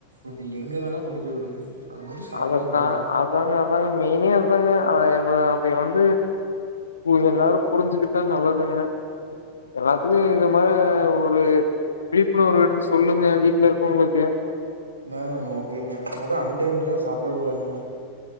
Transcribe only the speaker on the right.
இப்ப எங்க வேணா கொண்டு போய் விடுங்க அத மட்டும் சாப்பிடவே
கூடாதுங்க.
ன ஓகேங்க அது அன் டைம்லிலா சாப்டவே கூடாதுங்க